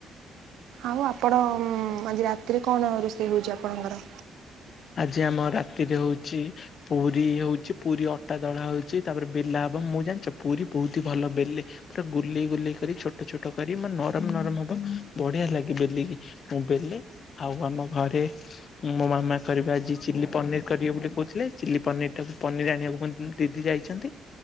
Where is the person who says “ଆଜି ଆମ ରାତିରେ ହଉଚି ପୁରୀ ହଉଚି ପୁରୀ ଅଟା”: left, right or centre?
Left